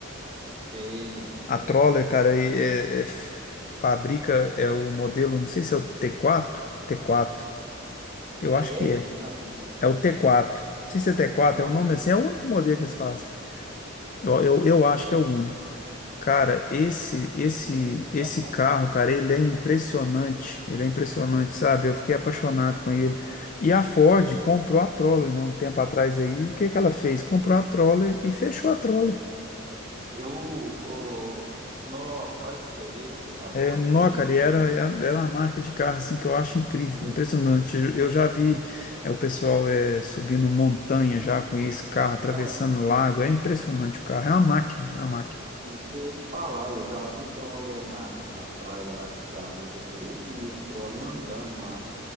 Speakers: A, on the right; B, on the left.
A: sei, hein?
B: A Troller, cara, é, é- é f- fabrica, é o modelo, não sei se é o T4, T4, eu
A: TR?
B: acho que é.
A: Não.
B: É o T4. Não sei se é T4,
A: Aham.
B: é o nome assim, é o único modelo que eles fazem. Eu, eu, eu acho que é o único. Cara, esse esse
A: E ele
B: esse
A: bateu
B: carro,
A: um Jeep.
B: cara, ele é impressionante. Ele é impressionante, sabe? Eu fiquei apaixonado com ele. E a Ford comprou a Troller, né, um tempo atrás aí. E o
A: né?
B: que que ela fez? Comprou a Troller e fechou a Troller.
A: Eu, ô, nossa, olha aí pra você ver o que que a Ford
B: É, nó,
A: fez,
B: cara,
A: hein?
B: e era, era era uma marca de carro assim que eu acho incrível,
A: E eu,
B: impressionante. Eu eu já vi é, o pessoal é, subindo montanha já com esse carro, atravessando
A: então,
B: lago. É impressionante o carro, é uma máquina, é uma máquina.
A: isso que eu ia te falar, eu já vi troller na, na praia lá que se aluga bug e os troller andando lá